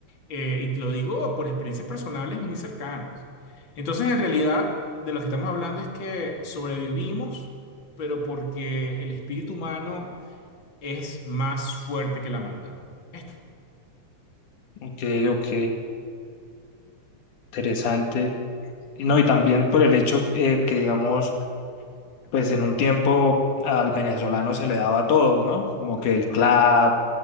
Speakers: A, on the left; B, on the left.
A: eh, y te lo digo por experiencias personales muy cercanas. Entonces, en realidad, de lo que estamos hablando es que sobrevivimos, pero porque el espíritu humano es más fuerte que la maldad. Esto
B: Ok, ok, interesante. Y No, y también por el hecho eh, que, digamos, pues en un tiempo al venezolano se le daba todo, ¿no? Como que el club,